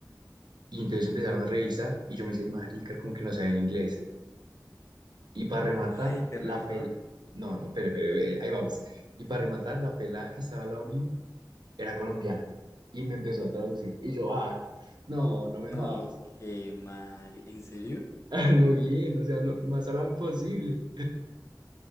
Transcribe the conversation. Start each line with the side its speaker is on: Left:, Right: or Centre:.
Right: Y entonces empezaron a revisar y yo me hice el marica, como que no sabía inglés. Y para rematar,
Left: Ay, ¿te
Right: la
Left: revisaron?
Right: pel... No, no, espere, espere, espere, ahí vamos. Y para rematar, la pelada que estaba al lado mío era colombiana. Y me empezó a traducir. Y yo, ay, no, no me
Left: No,
Right: jodas.
Left: qué madre. ¿En serio?
Right: <laughs> Lo bien, o sea, no, más al lado imposible.